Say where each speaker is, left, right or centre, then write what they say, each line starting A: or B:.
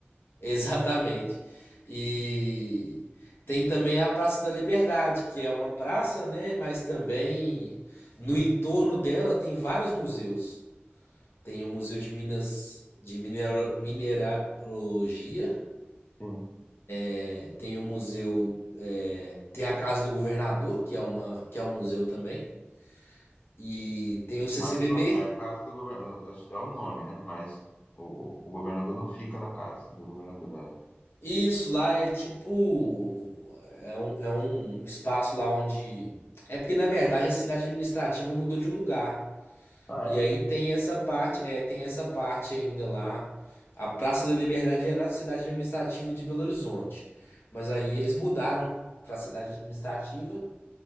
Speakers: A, on the left (about 65°); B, on the left (about 35°).
A: Exatamente. E tem também a Praça da Liberdade, que é uma praça, né? Mas também no entorno dela tem vários museus. Tem o Museu de Minas de Minera- Mineralogia,
B: Sim.
A: é, tem o museu, é, tem a Casa do Governador, que é uma, que é um museu também, e tem o CCBB,
B: Mas não é a casa do governo, é é o nome, né? Mas o, o governador não fica na casa do governador, né?
A: Isso lá é tipo. É um, é um espaço lá onde. É porque, na verdade, a cidade administrativa mudou de lugar.
B: Ah,
A: E
B: é?
A: aí tem essa parte, é, tem essa parte ainda lá. A Praça da Liberdade era a cidade administrativa de Belo Horizonte. Mas aí eles mudaram para a cidade administrativa